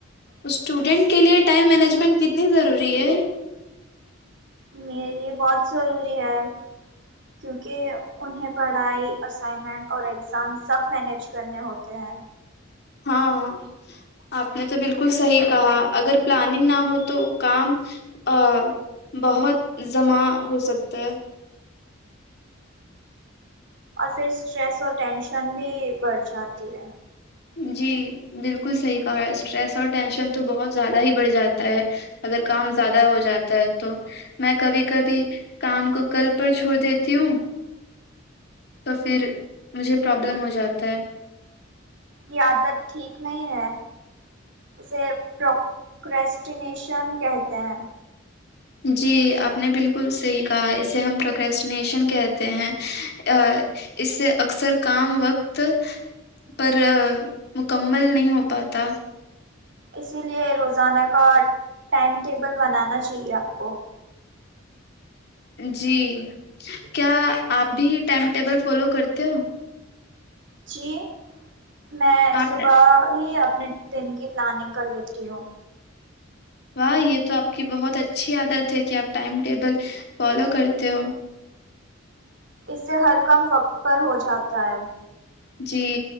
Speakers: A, on the left; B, on the right.
A: اسٹوڈینٹ کے لیے ٹائم مینجمنٹ کتنی ضروری ہے
B: میرے لیے بہت ضروری ہے کیونکہ انہیں پڑھائی اسائنمنٹ اور ایگزام سب مینیج کرنے ہوتے ہیں
A: ہاں ہاں آپ نے تو بالکل صحیح کہا اگر پلاننگ نہ ہو تو کام آہ بہت زمع ہو سکتا ہے
B: اور پھر اسٹریس اور ٹینشن بھی بڑھ جاتی ہے
A: جی بالکل صحیح کہا ہے اسٹریس اور ٹینشن تو بہت زیادہ ہی بڑھ جاتا ہے اگر کام زیادہ ہو جاتا ہے تو میں کبھی کبھی کام کو کل پر چھوڑ دیتی ہوں تو پھر مجھے پرابلم ہو جاتا ہے
B: یہ عادت ٹھیک نہیں ہے اسے پروکسٹینیشن کہتے ہیں
A: جی آپ نے بالکل صحیح کہا ہے اسے ہم پروکسٹینیشن کہتے ہیں اس سے اکثر کام وقت پر مکمل نہیں ہو پاتا
B: اسی لیے روزانہ کا ٹائم ٹیبل بنانا چاہیے آپ کو
A: جی کیا آپ بھی یہ ٹائم ٹیبل فالو کرتے ہو
B: جی میں
A: آپ
B: صبح ہی اپنے دن کی پلاننگ کر لیتی ہوں
A: واہ یہ تو آپ کی بہت اچھی عادت ہے کہ آپ ٹائم ٹیبل فالو کرتے ہو
B: اس سے ہر کم وقت پر ہو جاتا ہے
A: جی